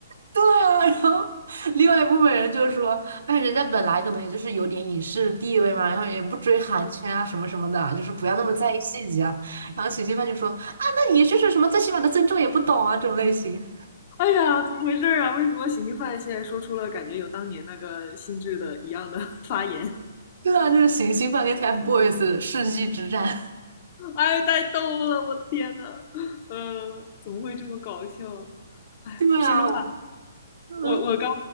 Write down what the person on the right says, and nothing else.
对啊，<laughs> 然后另外一部分人就说，哎，人家本来可能也就是有点影视地位嘛，然后也不追韩圈啊什么什么的啊，
就是不要那么在意细节啊。然后行星饭就说，啊，那你就是什么最起码的尊重也不懂啊这种类型。
对啊，就是行星饭跟 TFBOYS 的世纪之战。
<laughs> 对啊，
我嗯，